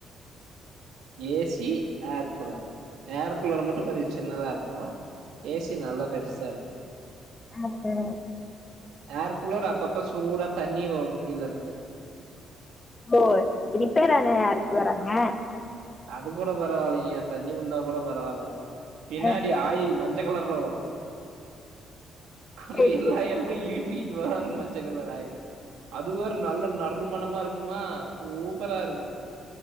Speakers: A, on the right; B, on the left.
A: A C air cooler air கூலர மட்டு கொஞ்சோ சின்னதா இருக்கோ ஏ சி நல்லா பெருசா இருக்கூ
B: அமைச்சரு
A: ஏர் கூலர் அப்பப்ப சூடா தண்ணி வரு கீழ இருந்து
B: ஓ ரிப்பேரான ஏர் கூலராங்க
A: அது கூட பரவால்லேங்க தண்ணி வந்தா கூட பரவால்ல பின்னாடி
B: ஆ சேரி
A: ஆயில் மஞ் ஞ்ச கலர்ல வரு அது
B: சேரி
A: எல்லா எடமு இ இலுப்பிட்டு வரு அந்த மஞ்சள் கலர் ஆயிலு அது ஒரு நல்ல நறு மணமா இருக்குமா சூப்பரா இருக்கூ